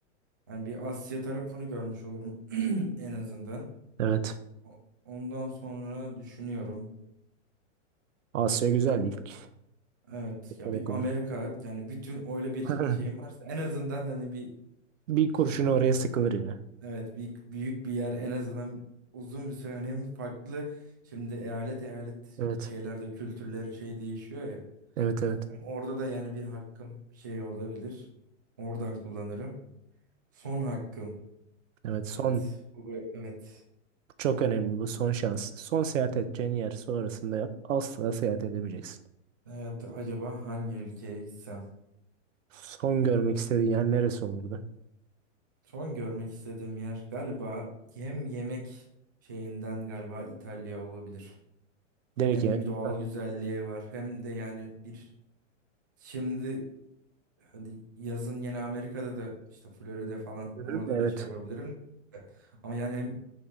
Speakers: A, on the right; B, on the right.
A: Yani bir Asya tarafını görmüş olurum <clears throat> en azından.
B: Evet.
A: O- Ondan sonra düşünüyorum.
B: Asya güzel ilk.
A: Evet
B: Seçenek
A: ya bir Amerika
B: olan
A: yani bütün öyle bir
B: <laughs>
A: şeyim varsa en azından hani bir
B: Bir kurşun
A: yani
B: oraya sıkılır ya.
A: Evet büyük, büyük bir yer en azından uzun bir süre hani hem farklı şimdi eyalet eyalet
B: Evet.
A: şeylerde kültürleri şey değişiyor ya.
B: Evet evet.
A: Hem orada da yani bir hakkım şey olabilir. Oradan kullanırım. Son hakkım.
B: Evet.
A: Evet.
B: Son
A: Bu bu- evet.
B: çok önemli bu son şans. Son seyahat edeceğin yer sonrasında asla seyahat edemeyeceksin.
A: Evet acaba hangi ülkeye gitsem?
B: Son görmek istediğin yer neresi olurdu?
A: Son görmek istediğim yer galiba hem yemek şeyinden galiba İtalya olabilir.
B: Direkt
A: Hem
B: yani.
A: doğal
B: Ha.
A: güzelliği var hem de yani bir şimdi hadi yazın yine Amerika'da da işte Florida'da falan
B: Hı
A: orada
B: hı. Evet.
A: da şey yapabilirim. Ama yani hem